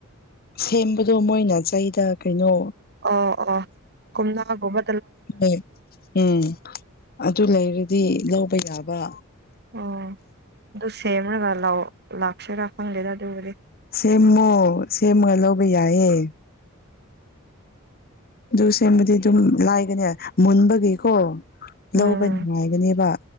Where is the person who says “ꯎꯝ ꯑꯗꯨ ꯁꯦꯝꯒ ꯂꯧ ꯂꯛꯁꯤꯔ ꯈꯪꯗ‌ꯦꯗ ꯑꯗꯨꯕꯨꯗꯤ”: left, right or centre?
Right